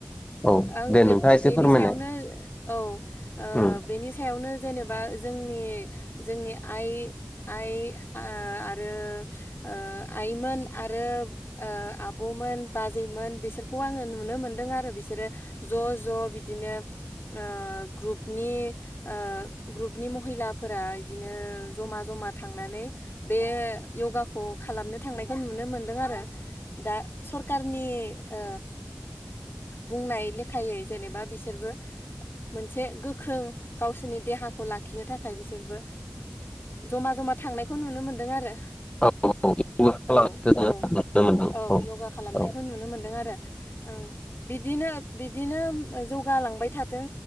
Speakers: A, on the left; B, on the left.
A: औ
B: आं
A: दे
B: बे-
A: नोंथाङा
B: बे-बेनि
A: एसे फोरमायनाय
B: सायावनो औ ओ
A: उम
B: बेनि सायावनो जेनेबा जोंनि जोंनि आइ आइ ओ आरो ओ आइमोन आरो ओ आब'मोन बाजैमोन बिसोरखौ आङो नुनो मोनदों आरो बिसोरो ज' ज' बिदिनो ओ ओ ग्रुपनि ओ ग्रुपनि महिला फोरा इदिनो जमा जमा थांनानै बे यगाखौ खालामनो थांनायखौ नुनो मोनदों आरो दा सर खारनि ओ बुंनाय लेखायै जेनेबा बिसोरबो मोनसे गोख्रों गावसोरनि देहाखौ लाखिनो थाखाय बिसोरबो जमा जमा थांनायखौ नुनो मोनदों आरो।
A: औ औ य'गा खालामनायखौ
B: औ
A: जोङो
B: औ
A: नुनो मोनदों
B: औ यगा खालामनायखौ
A: औ
B: नुनो मोनदों आरो। ओं बिदिनो बिदिनो जौगालांबाय थाथों।